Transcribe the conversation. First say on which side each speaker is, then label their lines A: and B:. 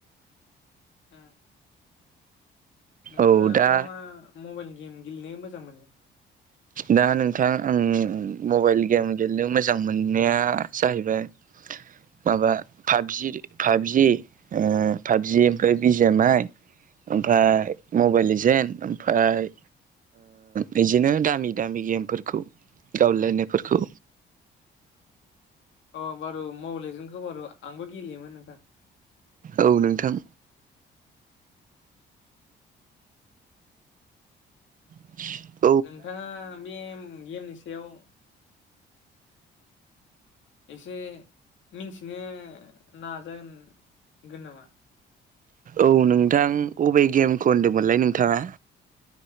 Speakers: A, on the left (about 70°); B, on the right (about 45°).
A: ओं नोंथाङा
B: औ दा
A: मा मा मबाइल गेम गेलेनो मोजां मोनो?
B: दा नोंथां आं मबाइल गेम गेलेनो मोजां मोननाया जाहैबाय माबा पाबजि पाबजि पाबजि ओमफाय बि जे एम आइ ओमफाय मबेल लिजेन ओमफाय बिदिनो दामि दामि गेमफोरखौ गावलायनायफोरखौ।
A: अ बारु मबेलजोंखौ बारु आंबो गेलेयोमोन नोंथां।
B: औ नोंथां। <inaudible>
A: नोंथाङा बे गेमनि सायाव एसे मिन्थिनो नाजागोन नामा?
B: औ नोंथां अबे गेमखौ होनदोंमोनलाय नोंथाङा?